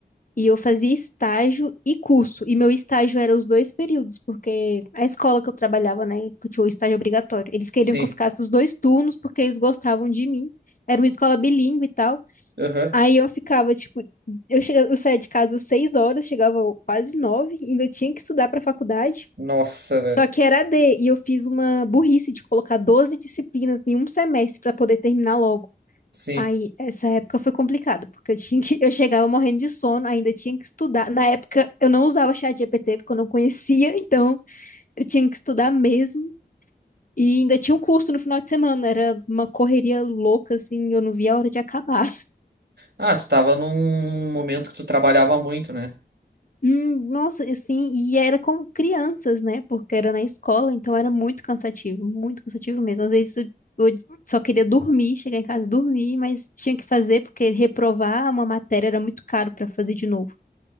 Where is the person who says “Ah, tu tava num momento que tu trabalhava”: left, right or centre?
Right